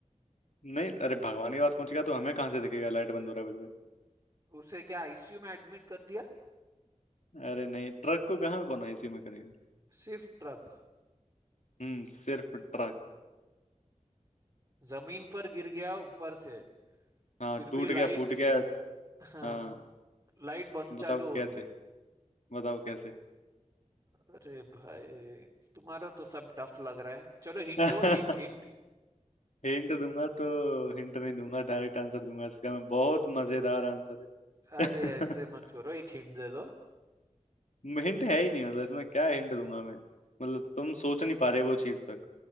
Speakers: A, on the left; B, on the right.
A: नहीं अरे भगवान के पास पहुंच गया तो हमें कहाँ से दिखेगा लाइट बंद हो रहा है बुझ रहा
B: उसे क्या आईसीयू में एडमिट कर दिया
A: है अरे नहीं ट्रक को कहाँ कौन आईसीयू में करेगा
B: सिर्फ ट्रक
A: हम्म सिर्फ ट्रक
B: जमीन पर गिर गया ऊपर से
A: हाँ
B: फिर
A: टूट
B: भी लाइट
A: गया फूट गया
B: हाँ
A: हाँ
B: लाइट बंद
A: बताओ
B: चालू हो
A: कैसे
B: रही है
A: बताओ कैसे
B: अरे भाई तुम्हारा तो सब टफ लग रहा है चलो हिंट
A: <laughs>
B: दो हिंट हिंट
A: हिंट दूंगा तो हिंट नहीं दूंगा डायरेक्ट आंसर दूंगा इसका मैं बहुत मजेदार आंसर
B: अरे
A: है
B: ऐसे
A: <laughs>
B: मत करो एक हिंट दे दो
A: हिंट है ही नहीं मतलब इसमें क्या हिंट दूंगा मैं मतलब तुम सोच नहीं पा रहे वो चीज तक